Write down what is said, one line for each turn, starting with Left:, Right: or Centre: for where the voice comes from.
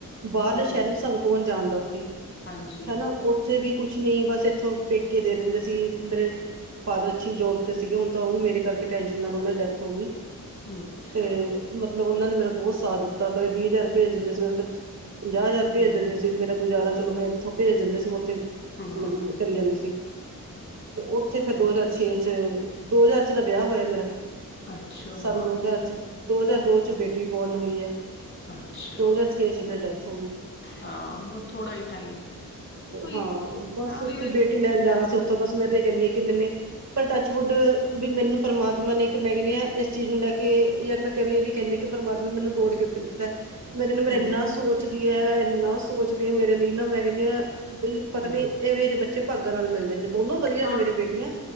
Right: ਬਾਰਲੇ
Left: ਹੂੰ
Right: ਸ਼ੈਰ ਨੂੰ ਸਾਨੂੰ ਕੌਨ ਜਾਨਦਾ ਓੱਥੇ,
Left: ਹਾਂਜੀ
Right: ਹੇਨਾ ਓੱਥੇ ਵੀ ਕੁਛ ਨੀ, ਬਸ ਇੱਥੋਂ ਪੇਕੇ ਦੇ ਦਿੰਦੇ ਸੀ। ਮੇਰੇ ਫਾਦਰ ਅੱਛੀ ਜੋਬ ਤੇ ਸੀਗੇ। ਹੁਨ ਤਾਂ ਓ ਵੀ ਮੇਰੇ ਕਰਕੇ ਟੈਸ਼ਨ ਨਾਲ ਓਨਾਂ ਡੈਥ ਹੋ ਗੀ।
Left: ਅੱਛਾ
Right: ਤੇ ਮਤਲਬ ਓਨਾਂ ਨੇ ਮੇਰਾ ਬੋਤ ਸਾਥ ਦਿੱਤਾ, ਕਦੇ ਵੀਹ ਹਜ਼ਾਰ ਪੇਜ ਦਿੰਦੇ ਸੀ, ਕਦੇ ਪਚੀ- ਪੰਜਾਹ ਹਜ਼ਾਰ
Left: ਹੂੰ
Right: ਪੇਜ ਦਿੰਦੇ ਸੀ ਮੇਰਾ ਗੁਜ਼ਾਰਾ ਚਲੋ ਮੈਂ ਇੱਥੋਂ ਪੇਜ ਦਿੰਦੇ ਸੀ, ਓਥੇ
Left: ਹੂੰ
Right: ਮਤਲਬ ਕਰੀ ਜਾਂਦੀ ਸੀ। ਓਥੇ ਫੇਰ ਦੋ ਜਾਰ ਛੇ ਚ ਦੋ ਹਜਾਰ ਚ ਦਾ ਵਿਆਹ ਹੋਇਆ ਮੇਰਾ
Left: ਅੱਛਾ
Right: ਸੰਨ
Left: ਹੋਰ
Right: ਦੋ ਜਾਰ ਚ, ਦੋ ਹਜ਼ਾਰ ਦੋ ਚ ਬੇਟੀ ਬੋਰਨ ਹੋਈ ਐ।
Left: ਅੱਛਾ
Right: ਦੋ ਜਾਰ ਛੇ ਚ ਓਨਾਂ ਡੈ ਤੇ
Left: ਹਾਂ ਬਹੁਤ ਥੋੜਾ ਹੀ ਟਾਈਮ ਉਹੀ
Right: ਹਾ ਬਸ
Left: ਹਾਂ
Right: ਓੱਥੇ
Left: ਉਹੀ ਉਹੀ
Right: ਬੇ ਟੀ ਲੈਣ ਜਾਣਾ ਸੀ ਓੱਥੋਂ ਬਸ ਮੈਂ ਤੇ ਏ ਕੈਨੀ ਕਿ ਮੈਨੇ ਪਰ ਟੱਚਵੁੱਡ, ਵੀ ਮੈਨੂੰ ਪਰਮਾਤਮਾ ਨੇ ਇੱਕ ਮੈ ਕੈਣੀ ਆ ਇਸ ਚੀਜ ਨੂੰ ਲੈ ਕੇ ਯਾਰ ਮੈਂ ਕਰੇ ਏ ਵੀ ਕੈਨੇ ਕਿ ਪਰਮਾਤਮਾ ਨੇ ਮੈਨੂੰ ਗੋਡ ਗਿਫਤ ਦਿੱਤਾ। ਮੈਂ ਕੈਨੀ ਮੇਰਾ
Left: ਹਮ
Right: ਏਨਾ ਸੋਚਦੀ ਐ, ਏਨਾ ਸੋਚਦੀ ਆ ਮੇਰੇ ਲਈ ਨਾ ਮੈ ਕੈਨੀ ਆ ਬਈ ਪਤਨੀ
Left: ਹਮ
Right: ਏਵੇਂ ਜਹੇ ਬੱਚੇ ਭਾਗਾਂ ਨਾਲ ਮਿਲਦੇ ਨੇ, ਦੋਨੋ ਵਧੀਆ
Left: ਹਾਂ
Right: ਨੇ ਮੇਰੀ ਬੇਟੀਆਂ।